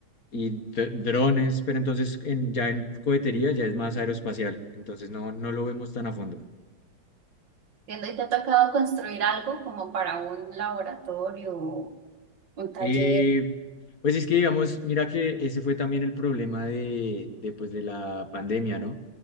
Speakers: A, on the left; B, on the right.
A: y dr- drones. Pero entonces, en, ya en cohetería ya es más aeroespacial. Entonces, no, no lo vemos tan a fondo.
B: Entiendo, ¿y te ha tocado construir algo como para un laboratorio, o un taller?
A: Eh, pues es que, digamos, mira que ese fue también el problema de, de, pues, de la pandemia, ¿no?